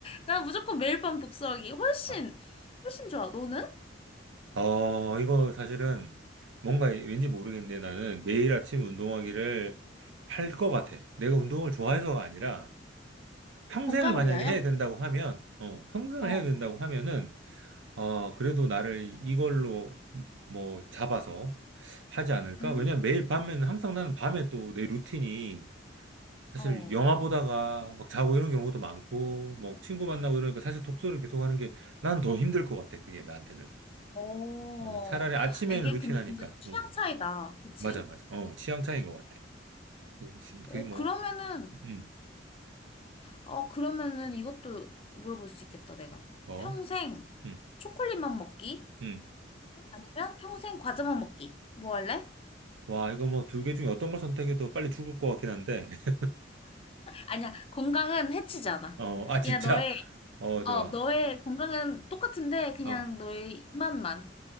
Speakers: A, on the left; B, on the right.
A: 난 무조건 매일 밤 독서하기 훨씬
B: 아.
A: 훨씬 좋아. 너는?
B: 어, 이거 사실은 뭔가 왠지 모르겠는데 나는 매일 아침 운동하기를 할 것 같아. 내가 운동을 좋아해서가 아니라 평생을
A: 건강을
B: 만약에
A: 위하여?
B: 해야 된다고 하면, 어, 평생을
A: 어.
B: 해야 된다고 하면은, 어, 그래도 나를 이걸로 뭐 잡아서 하지 않을까?
A: 응?
B: 왜냐면 매일 밤에는 항상 나는 밤에 또 내 루틴이 사실
A: 어.
B: 영화 보다가 막 자고 이런 경우도 많고, 뭐 친구 만나고 이러니까 사실 독서를 계속 하는 게 난 더 힘들 것 같아. 그게 나한테는.
A: 어.
B: 어, 차라리 아침에는
A: 이게
B: 루틴
A: 근데
B: 하니까.
A: 진짜 취향
B: 음,
A: 차이다. 그치?
B: 맞아, 맞아. 어, 취향 차이인 것 같아. 그, 시- 그게
A: 어,
B: 뭐,
A: 그러면은
B: 음,
A: 어, 그러면은 이것도 물어볼 수 있겠다, 내가.
B: 뭐,
A: 평생
B: 음,
A: 초콜릿만 먹기?
B: 음.
A: 아니면 평생 과자만 먹기? 뭐 할래?
B: 와, 이거 뭐 두 개 중에 어떤 걸 선택해도 빨리 죽을 것 같긴 한데. <laughs>
A: 아니야. 건강은 해치지 않아.
B: 어, 아,
A: 그냥
B: 진짜.
A: 너의
B: 어, 좋아.
A: 어, 너의 건강은 똑같은데 그냥
B: 어.
A: 너의 입맛만.